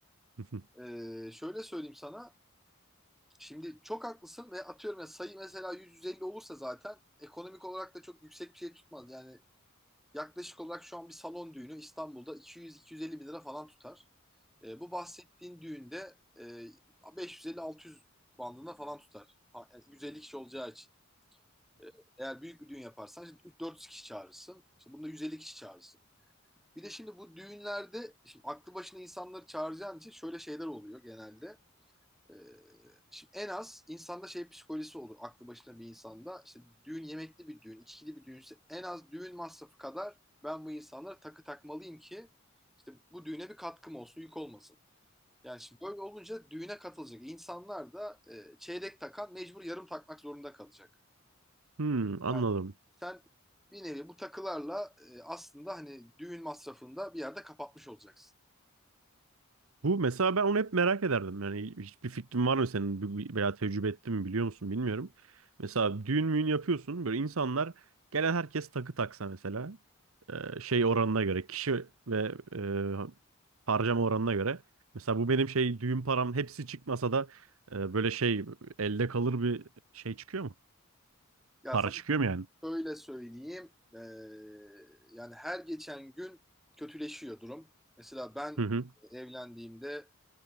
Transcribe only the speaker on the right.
<laughs>
Hmm, anladım.
Bu mesela ben onu hep merak ederdim. Yani hiçbir fikrin var mı senin Bu- bu- veya tecrübe ettin mi biliyor musun bilmiyorum. Mesela düğün müğün yapıyorsun böyle insanlar gelen herkes takı taksa mesela. e, şey oranına göre kişi ve e, harcama oranına göre. Mesela bu benim şey düğün param hepsi çıkmasa da e, böyle şey elde kalır bir şey çıkıyor mu?
Para
çıkıyor mu yani?
Hı hı.